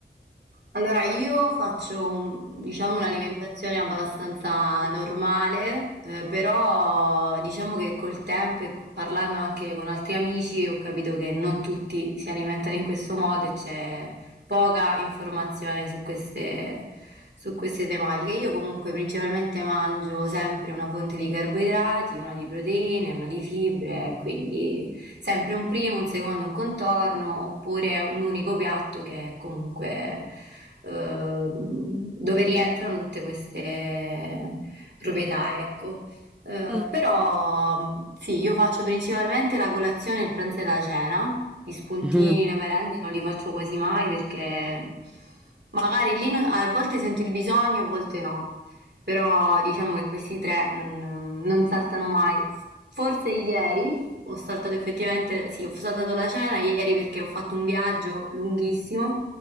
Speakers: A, on the right (about 70°); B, in the centre.
A: Allora, io faccio, un- diciamo, un'alimentazione abbastanza normale, eh, però diciamo che col tempo e co- parlando anche con altri amici ho capito che non tutti si alimentano in questo modo e c'è poca informazione su queste, su queste tematiche. Io comunque principalmente mangio sempre una fonte di carboidrati, una di proteine, una di fibre, e quindi sempre un primo, un secondo, un contorno, oppure un unico piatto che è comunque eh, dove rientrano tutte queste proprietà, ecco. Eh,
B: Mm.
A: però
B: <laughs>
A: mh, sì, io faccio principalmente la colazione, il pranzo e la cena. Gli spuntini,
B: Mm.
A: le merende non li faccio quasi mai perché magari lì non- a volte sento il bisogno, a volte no. Però diciamo che questi tre non, non saltano mai. Forse ieri ho saltato effettivamente, sì, ho saltato la cena ieri perché ho fatto un viaggio lunghissimo